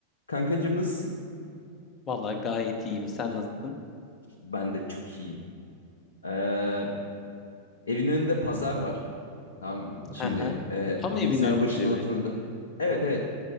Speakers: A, on the left; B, on the left.
A: Kankacığım nasılsın?
B: Vallahi gayet iyiyim. Sen nasılsın?
A: Ben de çok iyiyim. Ee, evin önünde pazar var. Tamam mı? Şimdi
B: Hı hı.
A: e,
B: Tam evin
A: bilgisayar
B: önünde
A: başına
B: mi?
A: oturdu. Evet evet.